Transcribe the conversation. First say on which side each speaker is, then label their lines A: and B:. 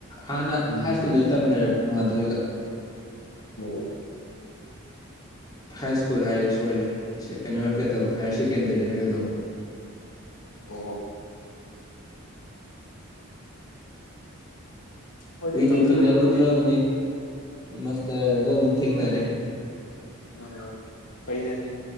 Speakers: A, on the left; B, on the left.
A: ꯍꯥꯟꯅ
B: ꯎꯝ
A: ꯍꯥꯏ ꯁ꯭ꯀꯨꯜꯗ ꯇꯝꯃꯤꯟꯅꯔꯛꯄ ꯃꯥꯗꯣ ꯑꯩꯒ
B: <unintelligible>
A: ꯍꯥꯏ ꯁ꯭ꯀꯨꯜ ꯍꯥꯏꯔꯦ ꯁꯣꯏꯔꯦ ꯁꯦ ꯀꯩꯅꯣ ꯍꯥꯏꯒꯗꯕ ꯍꯥꯏꯌꯔ ꯁꯦꯀꯦꯟꯗꯔꯤ ꯍꯥꯏꯒꯗꯕ
B: ꯑꯣ ꯍꯣꯏꯗ
A: ꯀꯨꯏꯅ
B: ꯏꯇꯣꯝꯇ
A: ꯊꯦꯡꯅꯔꯨꯗ꯭ꯔꯥꯕꯅꯦ
B: ꯂꯩꯕꯕꯨꯗꯤ
A: ꯃꯁꯇꯔꯗ ꯑꯃꯨꯛ ꯊꯦꯡꯅꯔꯦ꯫
B: ꯑ ꯐꯩꯅꯦ